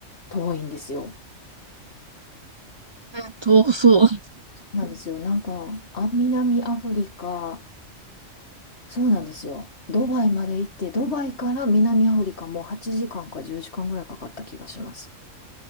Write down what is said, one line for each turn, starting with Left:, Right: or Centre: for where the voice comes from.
Left: 遠いんですよ。
Right: ね、遠そう。
Left: そうなんですよ。なんか、あ、南アフリカ、そうなんですよ。ドバイまで行って、ドバイから南アフリカも8時間か10時間ぐらいかかった気がします。